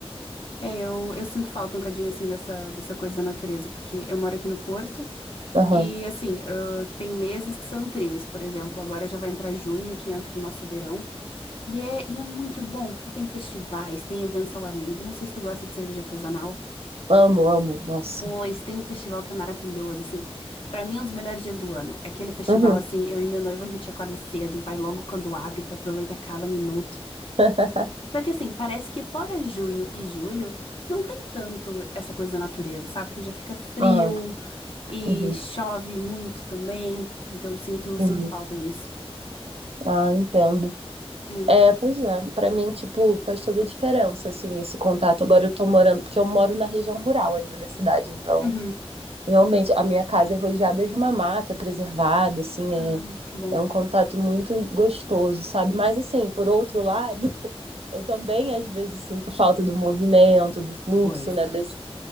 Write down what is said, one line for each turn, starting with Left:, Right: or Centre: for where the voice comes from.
Left: É, eu, eu sinto falta um bocadinho, assim, dessa, dessa coisa da natureza, porque eu moro aqui no Porto
Right: Aham,
Left: e, assim, ah, tem meses que são incríveis. Por exemplo, agora já vai entrar junho, que entra o nosso verão. E é, e é muito bom, porque tem festivais, tem eventos ao ar livre. Não sei se tu gosta de cerveja artesanal.
Right: Amo, amo, nossa.
Left: Pois, tem um festival que é maravilhoso, assim. Pra mim, é um dos melhores dias do ano. É Aquele festival,
Right: uhum,
Left: assim, eu e meu noivo, a gente acorda cedo e vai logo quando abre pra aproveitar cada minuto.
Right: <laughs>
Left: Só que assim, parece que fora junho e julho, não tem tanto essa coisa da natureza, sabe? Que já fica frio
Right: aham,
Left: e
Right: Uhum,
Left: chove muito também. Então eu sinto,
Right: uhum.
Left: sinto falta disso.
Right: Ah, entendo.
Left: É.
Right: É, pois é, pra mim, tipo, faz toda a diferença, assim, esse contato. Agora eu tô morando, porque eu moro na região rural ainda da cidade, então,
Left: Uhum.
Right: realmente, a minha casa é rodeada de uma mata preservada, assim,
Left: Ai,
Right: é,
Left: que bom.
Right: é um contato muito gostoso, sabe? Mas, assim, por outro lado, <laughs> eu também às vezes sinto falta do movimento, do fluxo,
Left: Pois.
Right: né, das